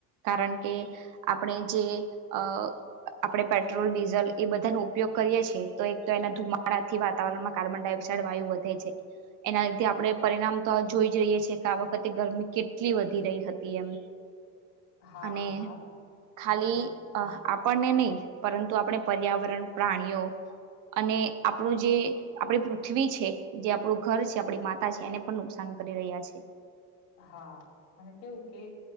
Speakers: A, on the right; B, on the left.
A: કારણ કે આપડે જે અ આપડે પેટ્રોલ ડીઝલ એ બધાનો ઉપયોગ કરીએ છીએ તો એક તો એના ધુમાડાથી વાતાવરણમાં કાર્બન ડાયોક્સાઇડ વાયુ વધે છે. એના લીધે આપડે પરિણામ તો જોઈ જ રહીએ છે કે આ વખતે ગરમી કેટલી વધી રહી હતી એમ.
B: હા
A: અને
B: હા
A: ખાલી અ આપણને નઈ પરંતુ આપણે પર્યાવરણ પ્રાણીઓ અને આપડુ જે આપડી પૃથ્વી છે જે આપડુ ઘર છે આપડી માતા છે એને પણ નુકસાન કરી રહ્યા છે
B: હા અને તેવું કે